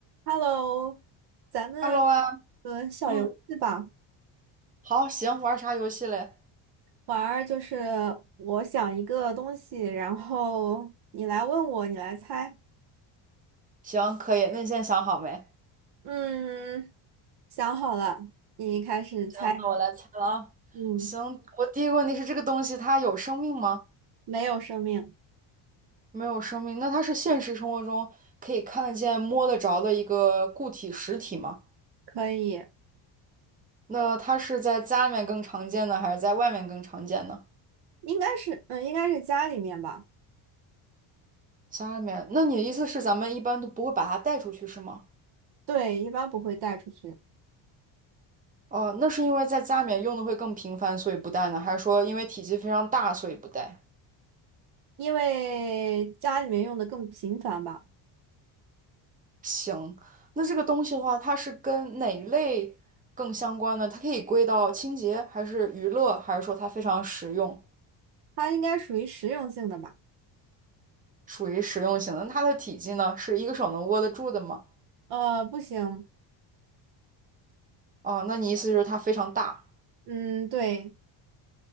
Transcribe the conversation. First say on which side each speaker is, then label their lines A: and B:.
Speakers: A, on the right; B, on the right.
A: Hello，咱们
B: Hello 啊，
A: 呃小游戏吧，
B: 嗯，好，行，玩啥游戏嘞？
A: 玩儿就是我想一个东西，然后你来问我，你来猜。
B: 行，可以，那你现在想好没？
A: 嗯，想好了，你开始猜。
B: 行，那我来猜了啊。
A: 嗯，
B: 行，我第一个问题是这个东西它有生命吗？
A: 没有生命，
B: 没有生命，那它是现实生活中可以看得见、摸得着的一个固体实体吗？
A: 可以，
B: 那它是在家里面更常见呢，还是在外面更常见呢？
A: 应该是嗯，应该是家里面吧。
B: 家里面，那你的意思是咱们一般都不会把它带出去是吗？
A: 对，一般不会带出去，
B: 哦，那是因为在家里面用的会更频繁，所以不带呢，还是说因为体积非常大，所以不带？
A: 因为家里面用的更频繁吧。
B: 行，那这个东西的话，它是跟哪一类更相关呢？它可以归到清洁，还是娱乐，还是说它非常实用，
A: 它应该属于实用性的吧？
B: 属于实用型的？那它的体积呢，是一个手能握得住的吗？
A: 呃，不行，
B: 哦，那你意思就是它非常大，
A: 嗯，对，